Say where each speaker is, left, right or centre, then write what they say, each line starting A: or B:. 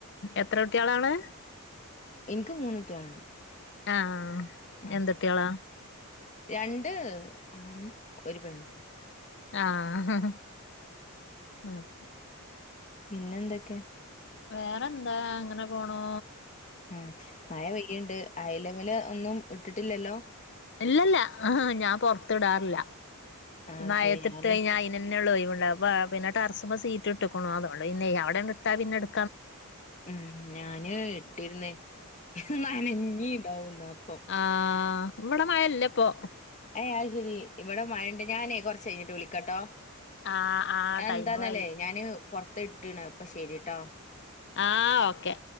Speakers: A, on the left (about 50°); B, on the left (about 30°).
A: എത്ര കുട്ടി ആളാണ്
B: എനിക്ക് മൂന്ന് കുട്ടികളുണ്ട്.
A: ആഹ്
B: ആഹ്
A: എന്ത് കുട്ടികളാ
B: രണ്ട് ആണും ഒരു പെണ്ണും.
A: ആഹ് ആക്കെ
B: പിന്നെ എന്തൊക്കെ
A: വേറെന്താ അങ്ങനെ പോണു
B: ഉ മഴ പെയ്യുണ്ട് അയലമില് ഒന്നും ഇട്ടിട്ടില്ലല്ലോ?
A: ഇല്ലല്ല ആ ഞാൻ പൊറത്ത് ഇടാറില്ല
B: ആഹ്
A: മഴത്തിട്ട്
B: ശരി ഞാന്
A: കഴിഞ്ഞ ന്നെള്ള ഇന് ഒഴിവ് പിന്നെ ടെറ്പ സീറ്റ് ഇടുക്കണോ അതള്ളൂ ഇന്നെ അവിടെണ്ട് ഇട്ടാ പിന്നെ എ
B: ഉം ഞാന് ഇട്ടിര്ന്ന് നാനഞ്ഞി ഇണ്ടാവുംന്നപ്പൊ.
A: ആഹ ഇമമടെ മഴല്ല ഇപ്പൊ
B: അത് ശരി ഇവിടെ മഴണ്ട് ഞാനേ കൊറച്ച് കഴിഞ്ഞിട്ട് വിളിക്കട്ടോ?
A: ആഹ് ആഹ്
B: എന്താന്നല്ലേ
A: ടൈമു ആയി
B: ഞാന് പുറത്ത് ഇട്ടണ് അപ്പൊ ശരിട്ടോ?
A: ആ ഓക്കെ